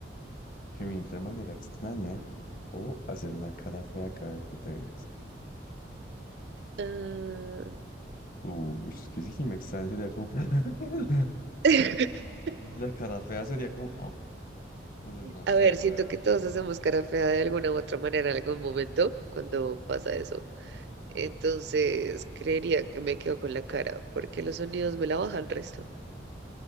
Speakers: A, on the left; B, on the right.
A: Gemir de manera extraña o hacer una cara fea cada vez que te vengas.
B: Ah.
A: Uy, es que si me extraña sería como... <laughs>
B: <laughs>
A: La cara fea sería como... Entonces, no
B: A
A: sé,
B: ver, siento
A: weón.
B: que todos
A: no
B: hacemos cara fea de alguna u otra manera en algún momento
A: sé.
B: cuando pasa eso. Entonces, creería que me quedo con la cara porque los sonidos me la bajan resto.